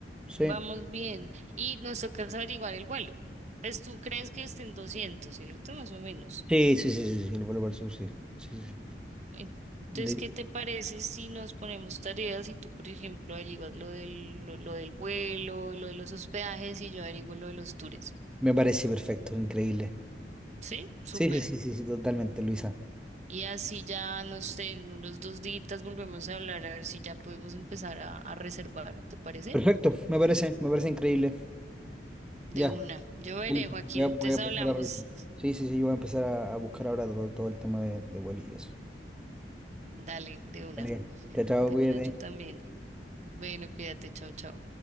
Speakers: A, in the centre; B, on the right (about 40°).
A: Sí.
B: vamos bien. Y nos toca es averiguar el vuelo. Pues tú crees que estén 200, ¿cierto? Más o menos.
A: Sí, sí, sí, sí, sí, el vuelo para el sur, sí. Sí, sí,
B: Entonces,
A: De-
B: ¿qué te parece si nos ponemos tareas y tú, por ejemplo, averiguas lo del, lo, lo del vuelo, lo de los hospedajes y yo averiguo lo de los tours?
A: Me parece perfecto, increíble.
B: ¿Sí? Súper.
A: Sí, sí, sí, sí, sí, totalmente, Luisa.
B: Y así ya, no sé, en unos dos días volvemos a hablar a ver si ya podemos empezar a, a reservar, ¿te parece?
A: Perfecto, me parece, me parece increíble.
B: De
A: Ya,
B: una. Yo veré,
A: Elisa,
B: Joaquín,
A: voy a,
B: entonces
A: voy a empezar
B: hablamos.
A: a revisar. Sí, sí, sí, yo voy a empezar a, a buscar ahora todo, todo el tema de, de vuelo y eso.
B: Dale, de una,
A: Vale, chao, chao,
B: de
A: cuídate.
B: una, yo también. Bueno, cuídate, chao, chao.